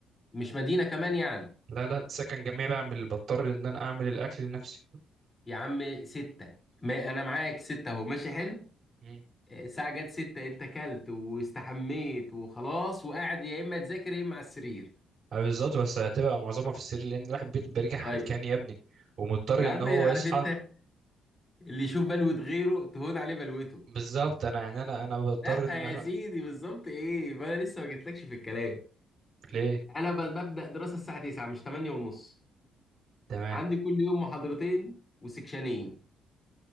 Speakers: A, on the left; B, on the right.
A: مش مدينة كمان يعني
B: لا لا سكن جميع بعمل بضطر إن أنا أعمل الأكل لنفسي
A: يا عم ستة ما أنا معاك ستة أهو ماشي حلو
B: مم.
A: الساعة جت ستة انت كلت واستحميت وخلاص وقاعد يا اما تذاكر يا اما على السرير
B: آه، بالظبط بس هتبقى معظمها في السرير لأن الواحد بيت- بيرجع حلكان
A: طيب
B: يا ابني ومضطر
A: يا عم
B: إن هو
A: عارف
B: يصحى
A: انت اللي يشوف بلوة غيره تهون عليه بلوته
B: بالظبط أنا يعني أنا أنا بضطر
A: لا
B: إن أنا
A: يا سيدي بالظبط ايه ما انا لسه ما جيتلكش في الكلام
B: ليه
A: انا ب- ببدأ دراسة الساعة 9 مش 8 ونص
B: تمام
A: عندي كل يوم محاضرتين وسكشنين